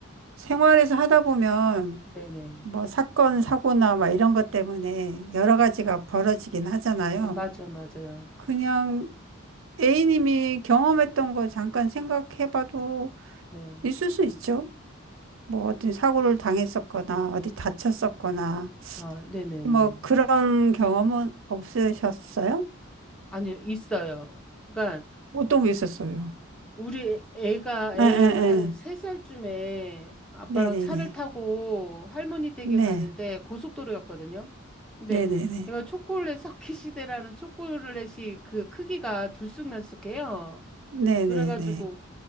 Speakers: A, on the right; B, in the centre.
A: 생활에서 하다 보면
B: 네, 네.
A: 뭐 사건, 사고나 막 이런 것 때문에 여러 가지가 벌어지긴 하잖아요.
B: 음, 맞아, 맞아요.
A: 그냥 A님이 경험했던 거 잠깐 생각해봐도
B: 네.
A: 있을 수 있죠. 뭐 어떤 사고를 당했었거나 어디 다쳤었거나
B: 아, 네네네.
A: 뭐 그런 경험은 없으셨어요?
B: 아니, 있어요. 그러니까,
A: 어떤 게 있었어요?
B: 우리 애가 애
A: 에에에
B: 한 세살쯤에 아빠랑
A: 네네네
B: 차를 타고 할머니 댁에
A: 네
B: 가는데 고속도로였거든요. 근데
A: 네네네
B: 얘가 초콜릿 석기시대라는 초콜릿이 그 크기가 들쑥날쑥해요.
A: 네네네
B: 그래가지고